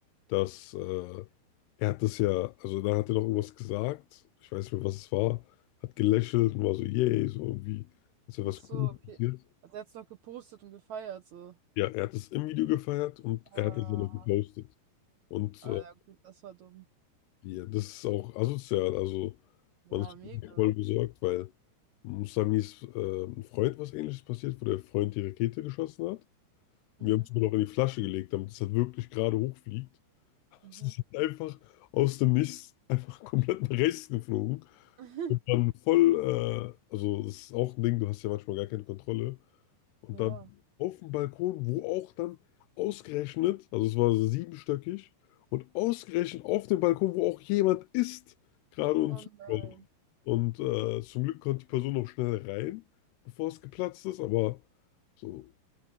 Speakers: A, on the left (about 80°); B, on the right (about 70°).
A: dass äh, Er hat das ja, also da hat er noch irgendwas gesagt, ich weiß nicht mehr, was es war, hat gelächelt und war so, yay, so irgendwie, ist ja
B: Ach
A: was
B: so,
A: Cooles
B: okay.
A: passiert.
B: Also er hat es noch gepostet und gefeiert, so.
A: Ja, er hat es im Video gefeiert und
B: Ah,
A: er hat es dann noch gepostet. Und
B: ah,
A: äh,
B: ja, gut, das war dumm.
A: ja, das ist auch asozial, also
B: Ja,
A: man ist
B: mega.
A: voll besorgt, weil Musamis äh, ein Freund was Ähnliches passiert, wo der Freund die Rakete geschossen hat. wir
B: Mhm.
A: haben es nur noch in die Flasche gelegt, damit es halt wirklich gerade hochfliegt.
B: Mhm.
A: Es ist halt einfach aus dem Nichts einfach komplett nach rechts geflogen.
B: <laughs>
A: Und dann voll, äh, also das ist auch ein Ding, du hast ja manchmal gar keine Kontrolle. Und
B: Ja.
A: dann auf dem Balkon, wo auch dann ausgerechnet, also es war so siebenstöckig, und ausgerechnet auf dem Balkon, wo auch jemand ist, gerade und
B: Und
A: zuschaut.
B: nein.
A: Und äh, zum Glück konnte die Person noch schnell rein, bevor es geplatzt ist, aber so,